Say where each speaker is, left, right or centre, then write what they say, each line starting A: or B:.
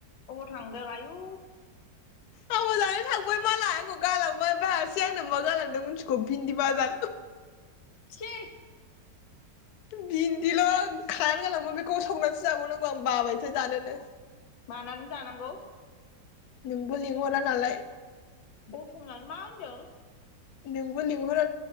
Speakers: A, on the left; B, on the left.
A: अबाव थांदों आयु
B: हाबा जानो थां बै मालाय आंखौ गालांबाय बायासै आंनो मा गालांदों मिथिखौ भिन्दि बाजा
A: सि
B: बिदिल' खायानो गालांबाय बेखौ संनानैसो जाबावनांगौ आं बाबायसो जानोनो
A: मानानै जानांगौ
B: नोंबो लिंहरा नालाय
A: बुफुंलायनो मा होनदों
B: नोंबो लिंहर